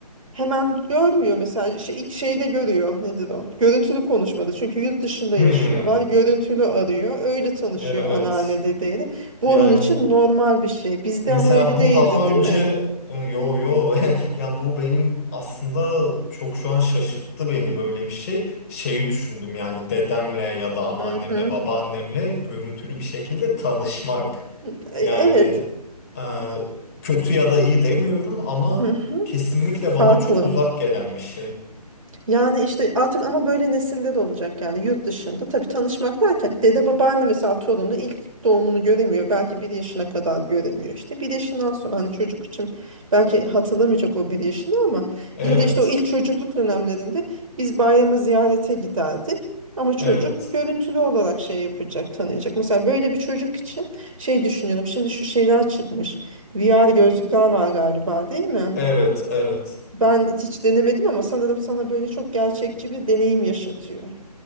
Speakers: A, on the right; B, on the left.
A: hemen görmüyor mesela şey, ilk şeyde görüyor nedir o? Görüntülü konuşmada çünkü yurt dışında
B: Hmm,
A: yaşıyorlar görüntülü arıyor öyle tanışıyor
B: evet.
A: anneanne dedeyle. Bu
B: Yani
A: onun için normal bir şey bizde
B: Mesela
A: ama öyle
B: bu
A: değildi
B: daha
A: değil
B: önce
A: mi?
B: e, yo yo <laughs> ya bu benim aslında çok şu an şaşırttı beni böyle
A: Hı.
B: bir şey. Şeyi düşündüm yani dedemle ya da anneannemle
A: Hı
B: babaannemle görüntülü bir şekilde tanışmak.
A: E,
B: Yani
A: Evet.
B: e, kötü ya da iyi demiyorum ama
A: Hı hı.
B: kesinlikle
A: Farklı.
B: bana çok uzak gelen bir şey.
A: Yani işte artık ama böyle nesiller olacak yani yurt dışında. Tabii tanışmak derken dede babaanne mesela torunu ilk doğumunu göremiyor. Belki bir yaşına kadar göremiyor. işte bir yaşından sonra hani çocuk için belki hatırlamayacak o bir yaşını ama
B: Evet,
A: ya da işte o ilk çocukluk dönemlerinde biz bayramı ziyarete giderdik. Ama çocuk
B: evet,
A: görüntülü olarak şey yapacak, tanıyacak. Mesela böyle bir çocuk için şey düşünüyorum. Şimdi şu şeyler çıkmış. VR gözlükler var galiba değil mi?
B: evet, evet.
A: Ben hiç denemedim ama sanırım sana böyle çok gerçekçi bir deneyim yaşatıyor.